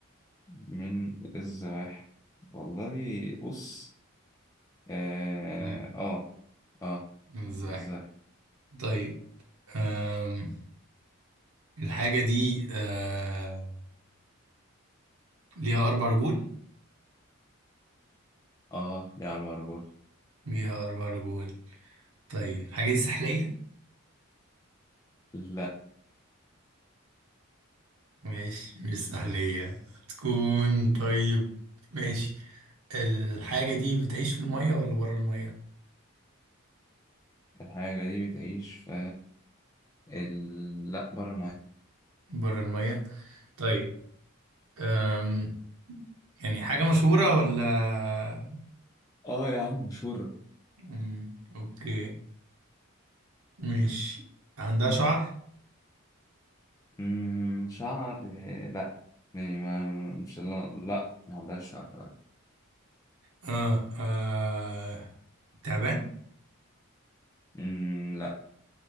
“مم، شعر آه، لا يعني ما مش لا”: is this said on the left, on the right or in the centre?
Left